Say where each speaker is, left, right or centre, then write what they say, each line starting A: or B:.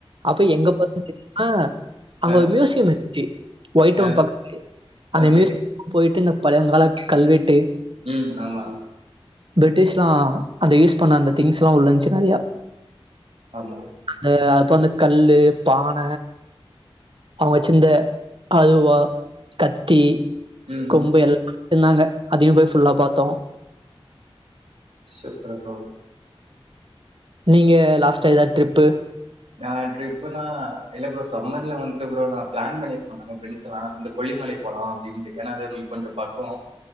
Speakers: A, on the right (about 60°); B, on the right (about 85°).
A: அப்ப எங்க <inaudible> தெரியுமா அங்க
B: ஆ,
A: ஒரு மியூசியம் இருக் த்தி ஒயிட்டவுன்
B: ஆ.
A: பக்கத்துலயே அந்த
B: ஓகே.
A: மியுசியம் போயிட்டு இந்த பழங்கால கல்வெட்டு
B: ம் நல்லா
A: பிரிட்டிஷ்லா அந்த யூஸ் பண்ண அந்த திங்ஸ்லா உள்ளந்துச்சு நெறையா
B: ஆமு
A: அந்த அப்ப வந்து கல்லு பான அவுங்க வச்சிந்த அறுவா கத்தி
B: ம்,
A: கொம்பு
B: ம்.
A: எல் ந்தாங்க அதையு போய் ஃபுல்லா பாத்தோ
B: சூப்பர் ப்ரோ
A: நீங்க லாஸ்ட்டா எதாது டிரிப்
B: நா ட்ரிப்புனா இல்ல ப்ரோ சம்மர்ல வன்ட்டு ப்ரோ நா ப்ளான் பண்ணிருக்கோ நாங்க ஃப்ரெண்ட்ஸ்லா வந்து கொல்லிமலை போலா அப்டின்ட்டு ஏனா அது கொஞ்ச பக்கோ